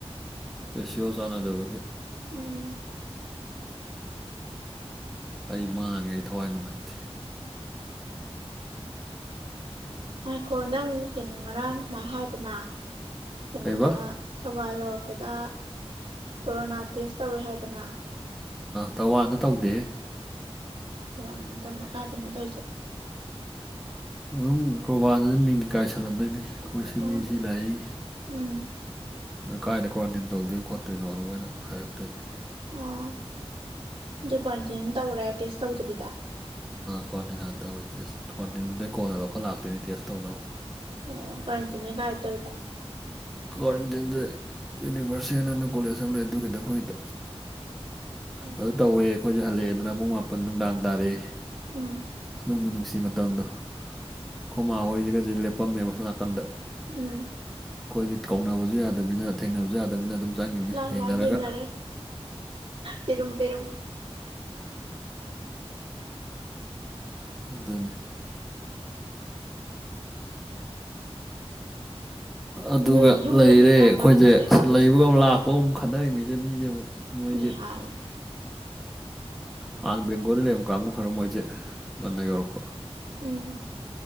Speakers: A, in the centre; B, on the right.
A: ꯑꯦ ꯁꯤ ꯑꯣ ꯆꯥꯟꯅꯗꯕꯒꯤ
B: ꯎꯝ
A: ꯑꯩ ꯃꯥꯡꯉꯦ ꯑꯩ ꯊꯋꯥꯏ ꯅꯨꯡꯉꯥꯏꯇꯦ
B: ꯎꯝꯈꯣ ꯅꯪ ꯀꯩꯅꯣ ꯉꯔꯥꯡ ꯁꯨꯃꯥꯏꯅ ꯍꯥꯏꯗꯅ ꯀꯩꯅꯣꯗ
A: ꯀꯩꯕ
B: ꯊꯧꯕꯥꯜ ꯌꯧꯔꯛꯄꯗ ꯀꯣꯔꯣꯅꯥ ꯇꯦꯁ ꯇꯧꯋꯦ ꯍꯥꯏꯗꯅ
A: ꯇꯋꯥꯅ ꯇꯧꯗꯦ
B: ꯊꯅꯤ ꯇ ꯀꯥꯏꯗ ꯅ ꯇꯣꯏꯁ
A: ꯑꯗꯨꯝ ꯀꯣꯔꯕꯥꯟꯗ ꯑꯗꯨꯝ ꯃꯤꯡ ꯀꯩꯀꯥꯏꯁꯜꯂꯝꯕꯩꯅꯤ ꯑꯩꯈꯣꯏ
B: ꯑꯣ
A: ꯁꯤ ꯃꯤꯁꯤ ꯂꯥꯛꯏ
B: ꯎꯝ
A: ꯅꯣꯏ ꯀꯥꯏꯏꯗ ꯀ꯭ꯋꯥꯔꯟꯇꯤꯟ ꯇꯧꯗꯣꯏ ꯈꯣꯠꯇꯣꯏꯅꯣꯅ ꯃꯣꯏꯅ ꯍꯥꯏꯔꯛꯇꯣꯏꯅꯤ
B: ꯑꯣ ꯑꯗꯨ ꯀ꯭ꯋꯥꯇꯤꯟ ꯇꯧꯔꯦ ꯇꯦꯁ ꯇꯧꯗꯕꯤꯗ
A: ꯀ꯭ꯋꯥꯔꯟꯇꯤꯟ ꯍꯥꯟꯅ ꯇꯧꯋꯤ ꯇꯦꯁ ꯀ꯭ꯋꯥꯟꯇꯤꯟꯗꯨꯗꯩ ꯀꯣꯟꯅ ꯂꯧꯈꯠ ꯂꯥꯛꯇꯣꯏꯅꯤ ꯇꯦꯁ ꯇꯧꯅꯕ
B: ꯑꯣ ꯀ꯭ꯋꯥꯔꯦꯟꯇꯤꯟꯁꯦ ꯀꯥꯏꯗ ꯇꯧꯔꯤꯕ
A: ꯀ꯭ꯋꯥꯔꯦꯟꯇꯤꯟꯗ ꯌꯨꯅꯤꯚꯔꯁꯤꯇꯤ ꯑꯅꯅ ꯀꯣꯂꯦꯖ ꯑꯃ ꯂꯩ ꯑꯗꯨꯒꯤꯗꯤ ꯑꯩꯈꯣꯏꯗ
B: ꯑꯣ
A: ꯑꯗꯨ ꯇꯧꯋꯦ ꯑꯩꯈꯣꯏꯁꯦ ꯍꯜꯂꯛꯑꯦ ꯑꯗꯨꯅ ꯄꯨꯡ ꯃꯥꯄꯟ ꯅꯨꯡꯗꯥꯡ ꯇꯥꯔꯛꯑꯦ
B: ꯎꯝ
A: ꯅꯣꯡꯃ ꯅꯨꯡꯁꯤ ꯃꯇꯝꯗꯣ ꯈꯨꯃꯥ ꯍꯣꯏꯁꯤꯒꯁꯦ ꯂꯦꯞꯄꯝꯃꯦꯕ ꯁꯣꯝ ꯅꯥꯀꯟꯗ
B: ꯎꯝ
A: ꯑꯩꯈꯣꯏꯗꯤ ꯀꯧꯅꯕꯁꯨ ꯌꯥꯗꯅꯤꯅ ꯊꯦꯡꯅꯕꯁꯨ ꯌꯥꯗꯅꯤꯅ ꯑꯗꯨꯝ ꯆꯪꯉꯤꯃꯤ
B: ꯂ
A: ꯌꯦꯡꯅꯔꯒ
B: ꯂꯥꯒ ꯌꯦꯅꯔꯦ ꯄꯔꯝꯕꯔꯝ
A: ꯑꯗꯨꯗꯅꯦ ꯑꯗꯨꯒ
B: ꯅꯣꯏ ꯌꯨꯝꯒꯗꯤ
A: ꯂꯩꯔꯦ
B: ꯀꯌꯥꯝ
A: ꯑꯩꯈꯣꯏꯁꯦ
B: ꯂꯥꯞꯅꯒꯦ ꯀꯣꯂꯦꯖꯀ
A: ꯂꯩꯕꯒ ꯂꯥꯛꯄꯒ ꯑꯃꯨꯛ ꯈꯟꯅꯔꯤ ꯃꯤꯁꯦ ꯃꯤꯁꯦ ꯑꯃꯨꯛ ꯃꯣꯏꯒꯤ
B: ꯃꯤꯅꯤꯍꯥꯜ
A: ꯍꯥꯟꯅ ꯕꯦꯡꯒꯣꯜꯗ ꯂꯩꯕ ꯀꯥꯡꯕꯨ ꯈꯔ ꯃꯣꯏꯁꯦ ꯉꯟꯅ ꯌꯧꯔꯛꯄ
B: ꯑꯝ